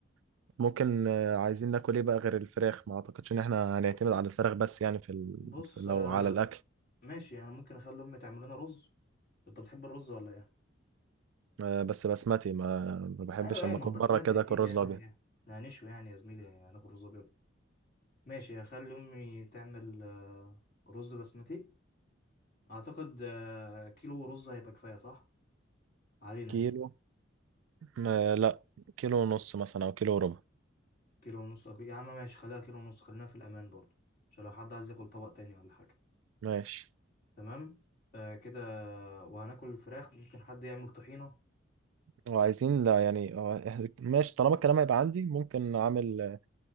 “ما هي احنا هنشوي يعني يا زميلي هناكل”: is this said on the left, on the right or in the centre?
Left